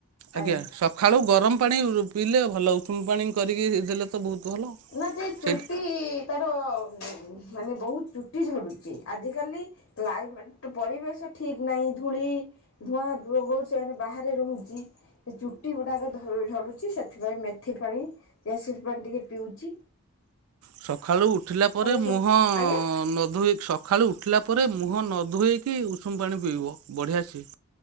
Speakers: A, on the left (about 60°); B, on the right (about 80°).
A: ପାଣି
B: ଆଜ୍ଞା ସଖାଳୁ ଗରମ୍ ପାଣି ପିଇଲେ ଭଲ ଉଷୁମ୍ ପାଣି କରିକି ଦେଲେ ତ ବହୁତ୍ ଭଲ,
A: ନା ସେ ଚୁଟି
B: ସେଇ
A: ତାର ମାନେ ବହୁତ୍ ଚୁଟି ଝଡ଼ୁଚି, ଆଜିକାଲି ଲାଇଫ୍ ମାନେ ପରିବେଶ ଠିକ ନାହିଁ, ଧୂଳି ଧୂଆଁ <unintelligible> ଏଣେ ବାହାରେ ରହୁଚି। ସେ ଚୁଟି ଗୁଡାକ ଧ ଝଡୁଚି, ସେଥିପାଇଁ ମେଥି ପାଣି ଚିଆ ସିଡ୍ ପାଣି ଟିକେ ପିଉଚି।
B: ସଖାଳୁ ଉଠିଲା ପରେ ମୁହଁ
A: ସବୁ ଆଜ୍ଞା
B: ନଧୋଇ ସଖାଳୁ ଉଠିଲା ପରେ ମୁହଁ ନ ଧୋଇକି ଉଷୁମ୍ ପାଣି ପିଇବ, ବଢ଼ିଆ ସିଏ।